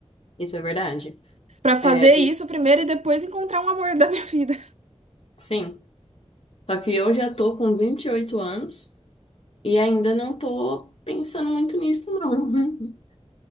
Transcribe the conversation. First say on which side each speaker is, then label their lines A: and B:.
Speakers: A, on the left; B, on the right.
A: isso é verdade.
B: Pra fazer
A: É,
B: isso primeiro e depois encontrar um amor <laughs> da minha vida.
A: sim. Só que eu já tô com 28 anos e ainda não tô pensando muito nisso, não. <laughs>